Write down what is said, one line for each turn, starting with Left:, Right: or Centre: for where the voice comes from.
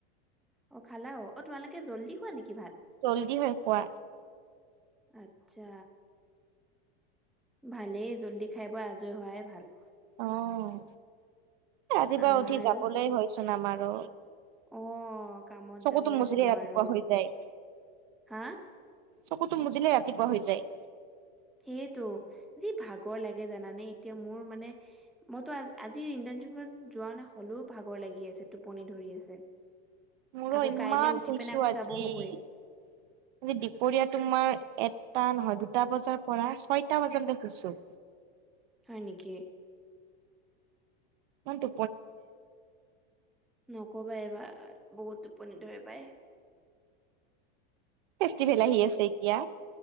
Centre: অ', খালা অ, অ, তোমালোকে জল্দি খোৱা নেকি ভাত?
Right: জল্দি হয় খোৱা।
Centre: আচ্ছা। ভালেই জল্দি খাই বৈ আজৰি হোৱাই ভাল।
Right: অ', ৰাতিপুৱা
Centre: আমাৰ
Right: উঠি
Centre: আৰু
Right: যাবলৈ হয়চোন আমাৰো।
Centre: অ কামত
Right: চকুটো
Centre: যাবই
Right: মুচিলেই
Centre: হ'ব
Right: ৰাতিপুৱা
Centre: আৰু
Right: হৈ যায়।
Centre: হা
Right: চকুটো মুজিলে ৰাতিপুৱা হৈ যায়।
Centre: সেইটো যি ভাগৰ লাগে জানানে এতিয়া মোৰ মানে মইতো আজি যোৱা নাই হলেও ভাগৰ লাগি আছে টোপনি ধৰি আছে।
Right: মোৰো
Centre: আকৌ
Right: ইমান
Centre: কাইলে উঠি
Right: শুইছো
Centre: পিনে আকৌ
Right: আজি
Centre: যাব হ'বই
Right: আজি দুপৰীয়া তোমাৰ এটা নহয় দুটা বজাৰ পৰা ছয়টা বজালৈ শুছো।
Centre: হয় নেকি?
Right: অ'তো।
Centre: নকবা এইবাৰ আৰু বহুত টোপনি ধৰি পায়।
Right: ফেষ্টিভেল আহি আছে এতিয়া